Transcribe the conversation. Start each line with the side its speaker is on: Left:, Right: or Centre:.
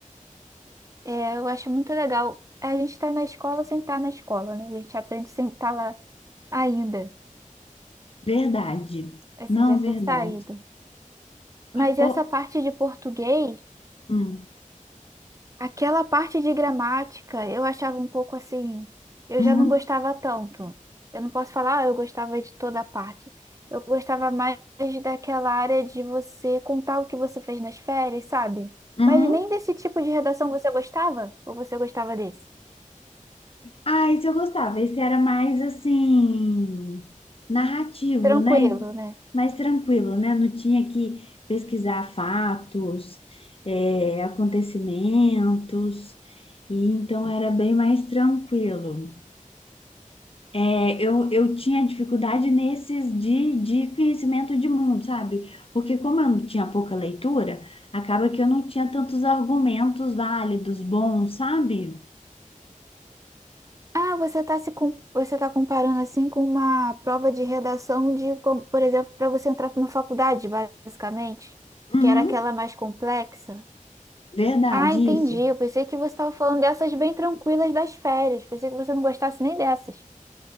Right: É, eu acho muito legal. A gente está na escola sem estar na escola, né? A gente aprende sem estar lá ainda.
Left: Verdade.
Right: Assim,
Left: Não
Right: já
Left: verdade.
Right: ter saído. Mas
Left: Ô,
Right: essa parte de português.
Left: hum,
Right: Aquela parte de gramática eu achava um pouco assim, eu
Left: uhum,
Right: já não gostava tanto. Eu não posso falar, ah, eu gostava de toda a parte. Eu gostava mais daquela área de você contar o que você fez nas férias, sabe?
Left: uhum.
Right: Mas nem desse tipo de redação você gostava? Ou você gostava desse?
Left: Ah, esse eu gostava. Esse era mais assim, narrativo,
Right: Tranquilo,
Left: né?
Right: né?
Left: Mais tranquilo, né? Não tinha que pesquisar fatos, é, acontecimentos, e então era bem mais tranquilo. É, eu, eu tinha dificuldade nesses de, de conhecimento de mundo, sabe? Porque como eu não tinha pouca leitura, acaba que eu não tinha tantos argumentos válidos, bons, sabe?
Right: Ah, você tá se com... você tá comparando assim com uma prova de redação de, como, por exemplo, para você entrar para uma faculdade, basicamente,
Left: Uhum,
Right: que era aquela mais complexa.
Left: verdade,
Right: Ah, entendi.
Left: isso.
Right: Eu pensei que você estava falando dessas bem tranquilas das férias. Pensei que você não gostasse nem dessas.